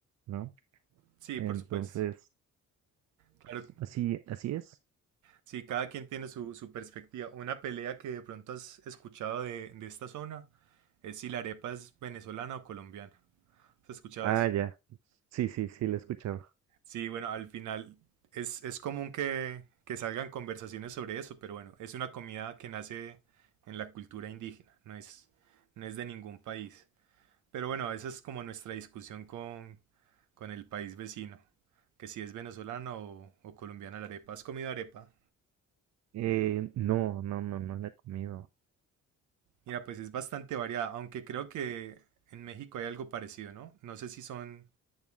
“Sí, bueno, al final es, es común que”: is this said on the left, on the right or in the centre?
Right